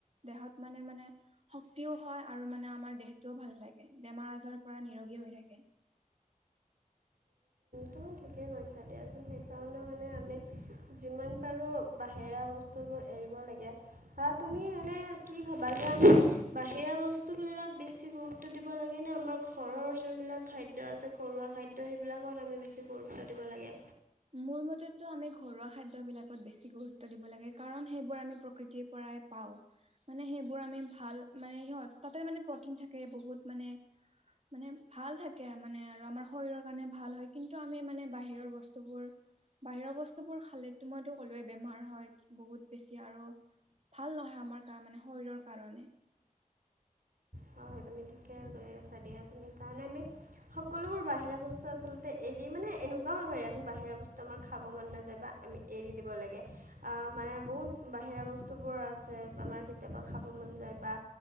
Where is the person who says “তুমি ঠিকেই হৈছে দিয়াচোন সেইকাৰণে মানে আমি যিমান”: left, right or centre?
Right